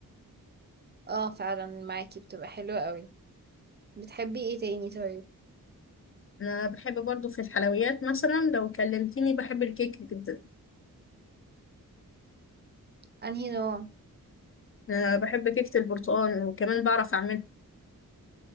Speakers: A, on the right; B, on the left.
A: اه فعلا معاكي بتبقى حلوة قوي بتحبي ايه تاني طيب
B: انا بحب برضو في الحلويات مثلا لو كلمتيني بحب الكيك جدا
A: انهي نوع
B: انا بحب كيكه البرتقال وكمان بعرف اعملها